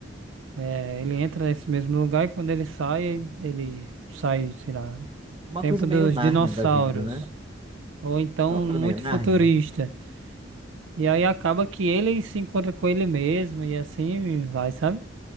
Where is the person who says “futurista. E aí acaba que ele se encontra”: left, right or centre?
Right